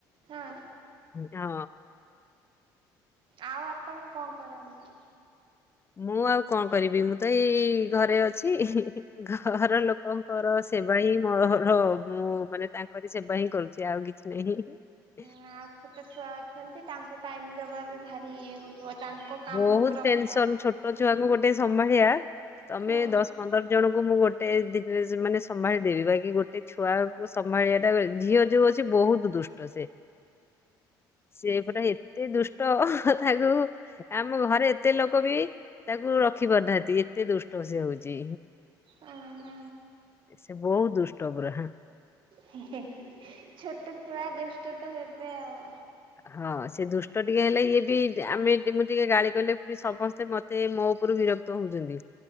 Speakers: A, on the right (about 55°); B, on the left (about 25°).
A: ହଁ।
B: ହଁ।
A: ଆଉ ଆପଣ କଣ କରନ୍ତି?
B: ମୁଁ ଆଉ କଣ କରିବି ମୁଁ ତ ଏଇ ଘରେ ଅଛି। ଘର ଲୋକଙ୍କର ସେବା ହିଁ ମୋର ମୁଁ ମାନେ ତାଙ୍କରି ସେବା ହିଁ କରୁଛି ଆଉ କିଛି ନାହିଁ। ହଁ
A: ହଁ ଛୋଟ ଛୁଆ ଅଛନ୍ତି ତାଙ୍କୁ ଟାଇମ ଦବା ବି ଭାରି ଇଏ ହଉଥିବ ତାଙ୍କ କାମ
B: ବହୁତ
A: ପ୍ରବଳ।
B: ଟେନସନ ଛୋଟ ଛୁଆଙ୍କୁ ଗୋଟେ ସମ୍ଭାଳିବା ତମେ
A: ହଁ।
B: ଦଶ ପନ୍ଦର ଜଣଙ୍କୁ ମୁଁ ଗୋଟେ ଦିନରେ ମାନେ ସମ୍ଭାଳିଦେବି ବାକି ଗୋଟେ ଗୋଟେ ଛୁଆକୁ ସମ୍ଭାଳିବାଟା ଝିଅ ଯୋଉ ଅଛି ବହୁତ ଦୁଷ୍ଟ ସେ। ସେ ପୁରା ଏତେ ଦୁଷ୍ଟ ହ ତାକୁ। ଆମ ଘରେ ଏତେ ଲୋକ ବି ତାକୁ ରଖି ପାରୁନାହାନ୍ତି ଏତେ ଦୁଷ୍ଟ ସେ ହଉଛି।
A: ହଁ ହଁ।
B: ସେ ବହୁତ ଦୁଷ୍ଟ ପରା।
A: ହି ହି ଛୋଟ ଛୁଆ ଦୁଷ୍ଟ ତ ହେବେ ଆଉ।
B: ହଁ ସେ ଦୃଷ୍ଟ ଟିକେ ହେଲେ ଇଏ ବି ଆମେ ମୁଁ ଟିକେ ଗାଳି କଲେ ପୁଣି ସମସ୍ତେ ମତେ ମୋ ଉପରୁ ବିର ର୍ତ୍କ ହଉଛନ୍ତି